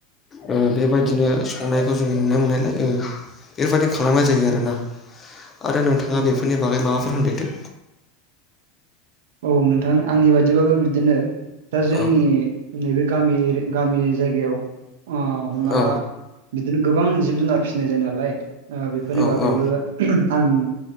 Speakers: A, on the left; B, on the right.
A: ओ बेबायदिनो
B: औ औ
A: संनायखौ जोङो नुनो मोननायलाय ओ बेफोरबायदि खालामनाय जायो आरोना। आरो नोंथाङा
B: औ
A: बेफोर बागै माबाफोर होनदेरदो।
B: औ नोंथां आंनि बादिबाबो बिदिनो। दा जोंनि
A: औ
B: नैबे गामियारि गामि जायगायाव ओ हमना
A: औ
B: ला बिदिनो गोबां जिब जुनार फिसिनाय जायो नालाय। ओ बेफोरनि
A: औ
B: बागैबो
A: औ
B: आं